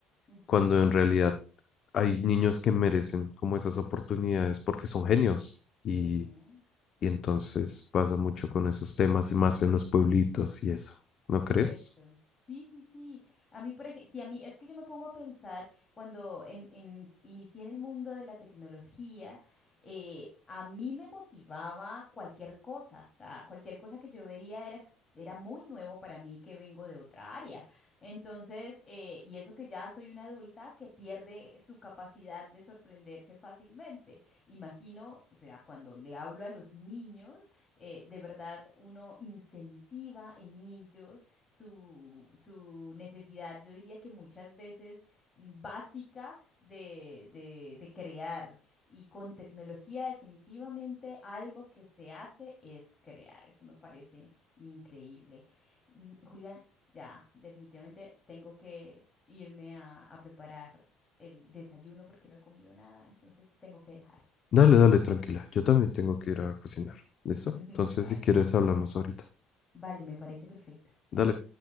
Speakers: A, on the left; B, on the left.
A: ujú.
B: cuando en realidad hay niños que merecen como esas oportunidades porque son genios. Y
A: Ujú.
B: y entonces pasa mucho con esos temas y más en los pueblitos y eso. ¿No crees?
A: Cierto. Sí, sí, sí. A mí, por ejemplo, sí, a mí es que yo me pongo a pensar cuando en, en- inicié en el mundo de la tecnología, eh, a mí me motivaba cualquier cosa. O sea, cualquier cosa que yo veía era, ex- era muy nuevo para mí que vengo de otra área. Entonces, eh, y eso que ya soy una adulta que pierde su capacidad de sorprenderse fácilmente. Imagino, o sea, cuando le hablo a los niños eh, de verdad uno incentiva en ellos su, su necesidad, yo diría que muchas veces mm, básica de, de, de crear. Y con tecnología definitivamente algo que se hace es crear. Eso me parece increíble. Mm, Julián, ya, definitivamente tengo que irme a, a preparar el desayuno porque no he comido nada, entonces te tengo que dejar.
B: Dale, dale, tranquila. Yo también tengo que ir a cocinar. ¿Listo?
A: <laughs>
B: Entonces,
A: Vale,
B: si quieres, hablamos ahorita.
A: vale, me parece perfecto.
B: Dale.